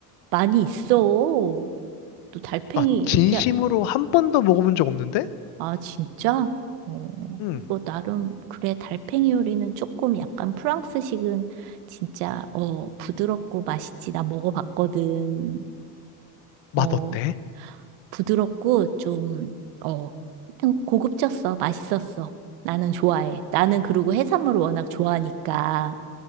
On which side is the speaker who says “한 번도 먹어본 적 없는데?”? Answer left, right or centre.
Left